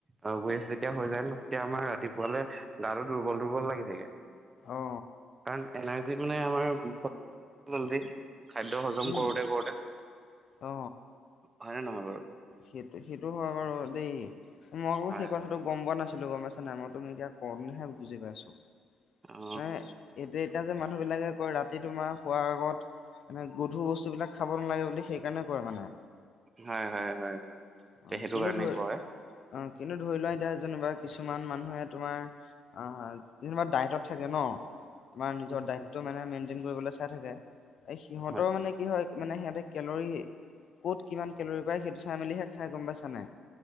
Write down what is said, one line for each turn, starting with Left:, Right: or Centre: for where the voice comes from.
Right: আৰু ৱেষ্ট যেতিয়া হৈ যায় ন তেতিয়া আমাৰ ৰাতিপুৱালে গাটো দুৰ্বল দুৰ্বল লাগি থাকে।
Left: অ
Right: কাৰণ এনাৰ্জিত মানে আমাৰ <unintelligible> খাদ্য হজম
Left: উম
Right: কৰোতে কৰোঁতে
Left: অ।
Right: হয়নে নহয় বাৰু?
Left: সেইটো সেইটো হয় বাৰু দেই মই আকৌ
Right: হয়
Left: সেই কথাটো
Right: হয়
Left: গম পোৱা নাছিলো, গম পাইছা নামত তুমি এতিয়া কওঁতেনেহে বুজি পাইছো।
Right: অ'
Left: নে এতিয়া এতিয়া যে মানুহ বিলাকে কয় ৰাতি তোমাৰ শুৱাৰ আগত মানে গধুৰ বস্তু বিলাক খাব নালাগে বুলি সেইকাৰণে কয় মানে।
Right: হয় হয় হয় হয়।
Left: অ
Right: সেইটো
Left: কিন্তু
Right: কাৰণে
Left: ধৰি
Right: কয়
Left: অ কিন্তু ধৰি লোৱা এতিয়া যেনিবা কিছুমান মানুহে তোমাৰ অ যেনিবা ডায়েটত থাকে ন, তোমাৰ নিজৰ
Right: উম উম
Left: ডায় টো মানে মেইনটেইন কৰিবলে চাই থাকে, এই সিহঁতৰ
Right: উম হয়
Left: মানে কি হয় মানে সিহঁতে কেলৰি ক'ত কিমান কেলৰি পায় সেইটো চাই মেলিহে খাই। গম পাইছা নাই?